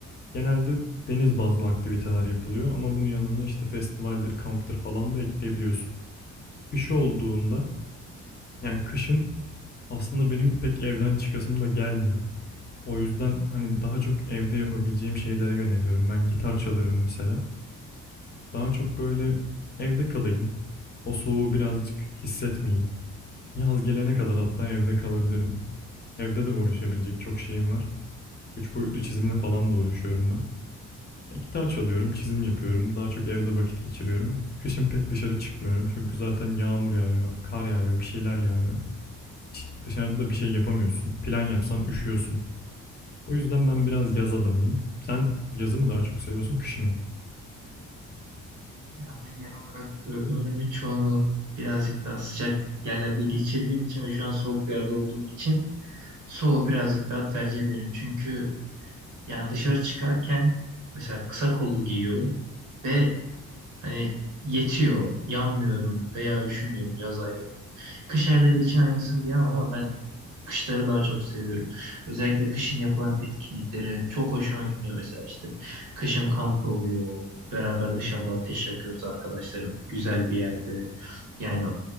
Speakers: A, on the left; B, on the right.
A: Genelde deniz bazlı aktiviteler yapılıyor ama bunun yanına işte festivaldir, kamptır falan da ekleyebiliyorsun. Kış olduğunda yani kışın aslında benim pek evden çıkasım da gelmiyor. O yüzden hani daha çok evde yapabileceğim şeylere yöneliyorum. Ben gitar çalıyorum mesela. Daha çok böyle evde kalayım. O soğuğu birazcık hissetmeyeyim. Yaz gelene kadar hatta evde kalabilirim. Evde de uğraşabilecek çok şeyim var. Üç boyutlu çizimle falan da uğraşıyorum ben. E, gitar çalıyorum, çizim yapıyorum. Daha çok evde vakit geçiriyorum. Kışın pek dışarı çıkmıyorum çünkü zaten yağmur yağıyor, kar yağıyor, bir şeyler yağıyor. Hiç dışarıda da bir şey yapamıyorsun. Plan yapsan üşüyorsun. O yüzden ben biraz yaz adamıyım. Sen yazı mı daha çok seviyorsun, kışı mı?
B: Ya ben genel olarak e, ömrümün çoğunu birazcık daha sıcak yerlerde geçirdiğim için ve şu an soğuk bir yerde olduğum için soğuğu birazcık daha tercih ederim. Çünkü yani dışarı çıkarken mesela kısa kollu giyiyorum ve hani yetiyor, yanmıyorum veya üşümüyorum yaz ayları. Kış ayları için aynısını diyemem ama ben Kışları daha çok seviyorum. Özellikle kışın yapılan etkinlikleri çok hoşuma gidiyor mesela işte. Kışın kamp oluyor. Beraber dışarıda ateş yakıyoruz arkadaşlarımla. Güzel bir yerde. Yani